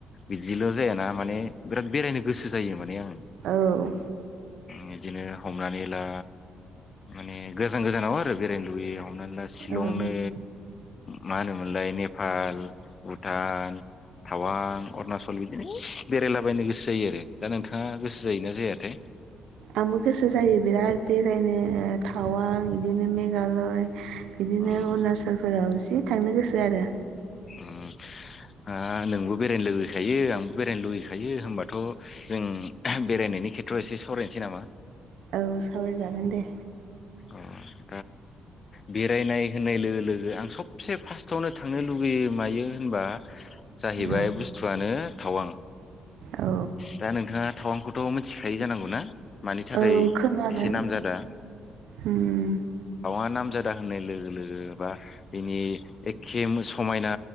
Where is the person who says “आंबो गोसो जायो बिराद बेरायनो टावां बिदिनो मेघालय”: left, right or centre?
Right